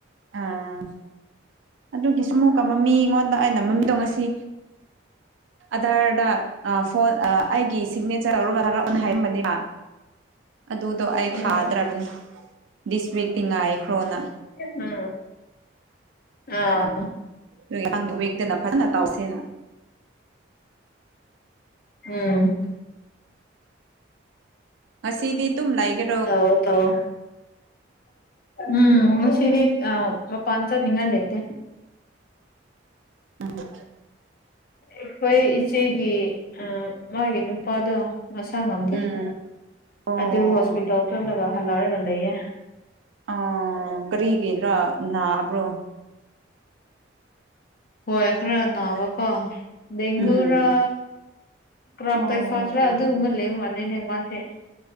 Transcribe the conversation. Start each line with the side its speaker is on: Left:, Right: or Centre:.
Right: ꯎꯝ ꯑꯗꯨꯒꯤꯁꯨ ꯑꯃꯨꯛꯀ ꯃꯃꯤ ꯉꯣꯟꯗ ꯑꯩꯅ ꯃꯃꯤꯗꯣ ꯉꯁꯤ ꯑꯙꯥꯔꯗ ꯐꯣꯟ ꯑꯩꯒꯤ ꯁꯤꯛꯅꯦꯆꯔ ꯂꯧꯔꯒ ꯊꯥꯔꯛ ꯑꯣ ꯍꯥꯏꯕꯅꯦꯕ ꯑꯗꯨꯗꯣ ꯑꯩ ꯊꯥꯗ꯭ꯔꯕꯅꯤ
Left: ꯎꯝ
Right: ꯗꯤꯁ ꯋꯤꯛꯇꯤ ꯉꯥꯏꯈ꯭ꯔꯣꯅ
Left: ꯎꯝ ꯑꯥ
Right: ꯅꯍꯥꯟꯒꯤ ꯋꯤꯛꯇꯅ ꯐꯖꯅ ꯇꯧꯁꯦꯅ
Left: ꯎꯝ
Right: ꯉꯁꯤꯗꯤ ꯗꯨꯝ ꯂꯩꯒꯦ
Left: ꯇꯧꯋꯣ ꯇꯧꯋꯣ ꯎꯝ ꯉꯁꯤꯗꯤ ꯑꯥ ꯃꯄꯥꯟ ꯆꯠꯅꯤꯡꯉꯥꯏ ꯂꯩꯇꯦ
Right: ꯎꯝ
Left: ꯏꯈꯣꯏ ꯏꯆꯦꯒꯤ ꯑꯥ ꯃꯥꯒꯤ ꯅꯨꯞ ꯅꯨꯄꯥꯗꯣ ꯃꯁꯥ ꯉꯝꯗꯦ
Right: ꯎꯝ ꯑꯣ
Left: ꯑꯗꯨ ꯍꯣꯁꯄꯤꯇꯥꯜ ꯆꯠꯂꯒ ꯍꯜꯂꯛꯔꯒ ꯂꯩꯌꯦ
Right: ꯑꯥ ꯀꯔꯤꯒꯤꯔ ꯅꯕ꯭ꯔꯣ
Left: ꯍꯣꯏ ꯈꯔ ꯅꯕ ꯀꯣ ꯗꯦꯡꯒꯨꯔꯥ
Right: ꯎꯝ
Left: ꯀ꯭ꯔꯥꯞ
Right: ꯑꯣ
Left: ꯇꯏꯐꯁꯔꯥ ꯑꯗꯨꯒꯨꯝꯕ ꯂꯩꯕ ꯃꯂꯦꯅꯦ ꯃꯁꯦ